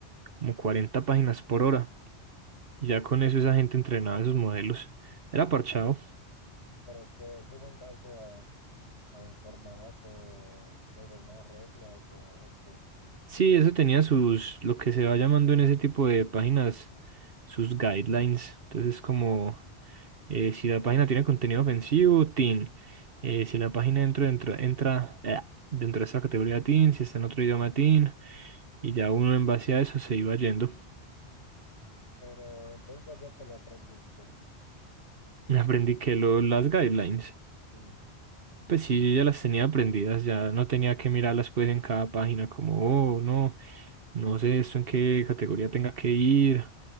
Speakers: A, on the right; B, on the left.
A: como 40 páginas por hora. Y ya con eso esa gente entrenaba esos modelos. Era parchado.
B: ¿pero qué? ¿Eso es en base a, a un formato, pues a unas reglas o, o qué?
A: Sí, eso tenía sus, lo que se va llamando en ese tipo de páginas, sus guidelines. Entonces, como eh, si la página tiene contenido ofensivo, teen. Eh, si la página dentro, entra, entra eh, dentro de esa categoría teen, si está en otro idioma teen. Y ya uno en base a eso se iba yendo.
B: Pero entonces vos ya te lo aprendiste.
A: <laughs> Me aprendí que lo, las guidelines.
B: Sí.
A: Pues sí, yo ya las tenía aprendidas, ya no tenía que mirarlas pues en cada página como, oh, no. No sé esto en qué categoría tenga que ir.